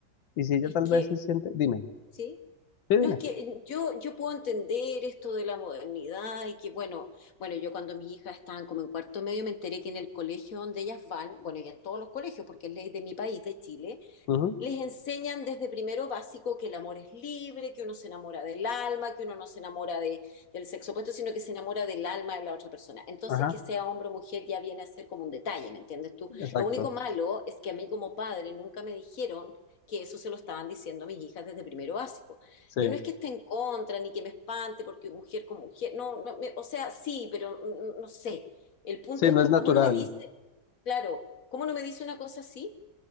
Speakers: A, on the left; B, on the left.
A: Y si ella
B: es
A: tal
B: que,
A: vez se siente, dime,
B: sí.
A: sí, dime.
B: No, es que eh, yo, yo puedo entender esto de la modernidad y que, bueno, bueno, yo cuando mis hijas estaban como en cuarto medio me enteré que en el colegio donde ellas van, bueno, y en todos los colegios, porque es ley de mi país, de Chile,
A: Ujú,
B: les enseñan desde primero básico que el amor es libre, que uno se enamora del alma, que uno no se enamora de, del sexo opuesto, sino que se enamora del alma de la otra persona. Entonces,
A: Ajá,
B: que sea hombre o mujer ya viene a ser como un detalle, ¿me entiendes tú?
A: exacto,
B: Lo único malo es que a mí como padre nunca me dijeron que eso se lo estaban diciendo a mis hijas desde primero básico.
A: sí.
B: Yo no es que esté en contra ni que me espante porque mujer como mujer, no, no, me- o sea, sí, pero mm, no sé. El punto
A: Sí,
B: es
A: no
B: que,
A: es natural.
B: ¿cómo no me dice, claro, cómo no me dice una cosa así?